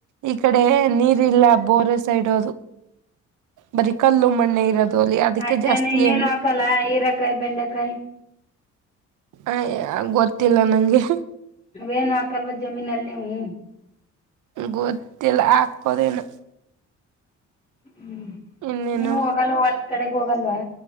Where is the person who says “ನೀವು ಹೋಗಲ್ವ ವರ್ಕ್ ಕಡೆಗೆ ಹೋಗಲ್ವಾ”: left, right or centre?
Left